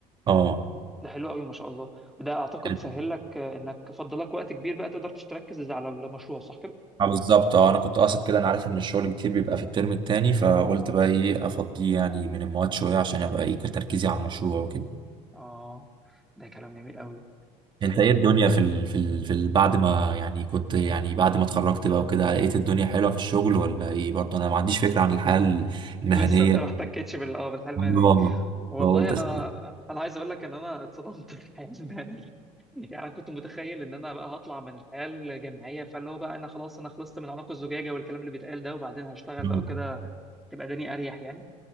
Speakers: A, on the right; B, in the centre.
A: اه
B: ده حلو قوي ما شاء الله وده اعتقد
A: يعني-
B: سهل لك آه، انك فضلك وقت كبير بقى تقدر تركز على المشروع صح كده
A: آه، بالظبط اه انا كنت قاصد كده انا عارف ان الشغل كتير بيبقى في الترم التاني فقلت بقى ايه افضيه يعني من المواد شويه عشان ابقى ايه تركيزي على المشروع وكده
B: اه ده كلام جميل قوي
A: انت ايه الدنيا في ال... في ال... في ال... بعد ما يعني كنت يعني بعد ما اتخرجت بقى وكده لقيت الدنيا حلوه في الشغل ولا ايه برضه انا ما عنديش فكره عن الحياه المهنيه
B: لسه انت ما احتكتش بال اه بالحلم
A: والله.
B: والله
A: فقلت
B: انا
A: اسكت
B: انا عايز اقول لك ان انا اتصدمت <laughs> في الحياه المهنيه يعني انا كنت متخيل ان انا بقى هطلع من الحياه الجامعيه فاللي هو بقى انا خلاص انا خلصت من عنق الزجاجه والكلام اللي بيتقال ده وبعدين هشتغل
A: مم.
B: بقى كده تبقى دني اريح يعني